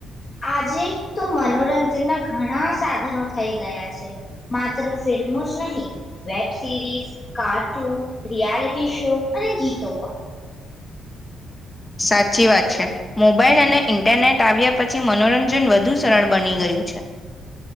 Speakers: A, on the left (about 40°); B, on the left (about 20°).
A: આજે તો મનોરંજનના ઘણા સાધનો થઈ ગયા છે. માત્ર ફિલ્મો જ નહીં web series, cartoon, reality show અને ગીતો પણ
B: સાચી વાત છે. મોબાઈલ અને ઈન્ટરનેટ આવ્યા પછી મનોરંજન વધુ સરળ બની ગયું છે.